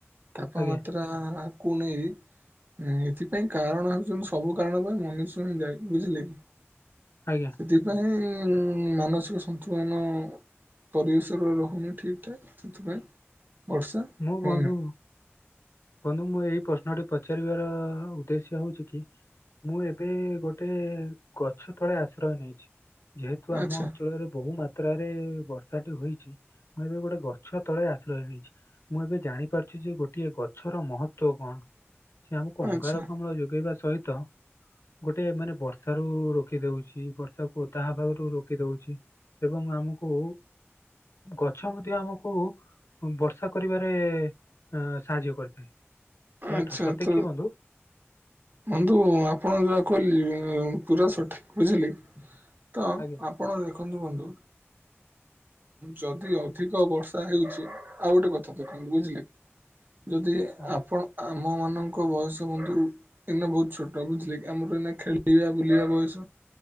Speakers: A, on the right; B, on the left.
A: ତାପମାତ୍ରା
B: ଆଜ୍ଞା
A: କୁ ନେଇ ଏ ଏଥିପାଇଁ କାରଣ ହେଉଛନ୍ତି ସବୁ କାରଣ ପାଇଁ ମନୁଷ୍ୟ ହିଁ ଦାଇ, ବୁଝିଲେ କି?
B: ଆଜ୍ଞା।
A: ସେଥିପାଇଁ ମାନସିକ ସନ୍ତୁଳନ ପରିବେଶରେ ରହୁନି ଠିକ ଠାକ୍, ସେଥିପାଇଁ ବର୍ଷା
B: ମୁଁ
A: ହଉନାହିଁ।
B: ବନ୍ଧୁ ବନ୍ଧୁ ମୁଁ ଏଇ ପ୍ରଶ୍ନଟି ପଚାରିବାର ଉଦ୍ଦେଶ୍ୟ ହଉଛି କି? ମୁଁ ଏବେ ଗୋଟେ ଗଛ ତଳେ ଆଶ୍ରୟ ନେଇଛି। ଯେହେତୁ ଆମ
A: ଆଚ୍ଛା
B: ଅଞ୍ଚଳରେ ବହୁ ମାତ୍ରାରେ ବର୍ଷା ଟି ହୋଇଛି। ମୁଁ ଏବେ ଗୋଟେ ଗଛ ତଳେ ଆଶ୍ରୟ ହେଇଛି, ମୁଁ ଏବେ ଜାଣିପାରୁଛି ଯେ ଗୋଟିଏ ଗ ଛର ମହତ୍ୱ କଣ, ସେ ଆମକୁ ଅଙ୍ଗାର
A: ଆଚ୍ଛା
B: କାମ୍ଳ ଯୋଗେଇବା ସହିତ ଗୋଟେ ମାନେ ବର୍ଷା ରୁ ରଖି ଦଉଛି, ବର୍ଷାକୁ ଓଦା ହବାରୁ ରୋକି ଦଉଛି, ଏବଂ ଆମକୁ ଗଛ ମଧ୍ୟ ଆମକୁ ବର୍ଷା କରିବାରେ, ଆ ସାହାଯ୍ୟ କରେ ଏହା
A: ଆଚ୍ଛା
B: ସଠିକ
A: ତ
B: କି ବନ୍ଧୁ
A: ବନ୍ଧୁ ଆପଣ ଯାହା କହିଲେ ପୁରା ସଠିକ ବୁଝିଲେ ତ
B: ଆଜ୍ଞା
A: ଆପଣ ଦେଖନ୍ତୁ ବନ୍ଧୁ ଯଦି ଅଧିକ ବର୍ଷା ହେଉଛି। ଆଉ ଗୋଟେ କଥା ଦେଖନ୍ତୁ
B: ଆଜ୍ଞା
A: ବୁଝିଲେ କି ଯଦି
B: ଆଜ୍ଞା
A: ଆପଣ। ଆମମାନଙ୍କ ବୟସ ବନ୍ଧୁ। ଏଇନା ବହୁତ ଛୋଟ ବୁଝିଲେ କି ଆମର ଏଇନା ଖେଳିବା ବୁଲିବା ବୟସ